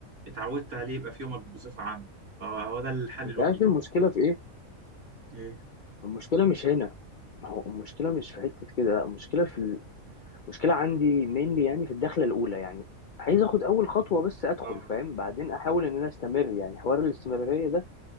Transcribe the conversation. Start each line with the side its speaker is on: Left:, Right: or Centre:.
Right: اتعودت عليه يبقى في يومك بصفة عامة فهو ده الحل
Left: انت
Right: الوحيد
Left: عارف المشكلة في ايه
Right: إيه
Left: المشكلة مش هنا ما هو المشكلة مش في حتة كده لا المشكلة في ال- المشكلة عندي مينلي يعني في الدخلة الأولى يعني عايز آخد أول خطوة بس أدخل
Right: اه
Left: فاهم بعدين أحاول إن أنا أستمر يعني حوار الاستمرارية ده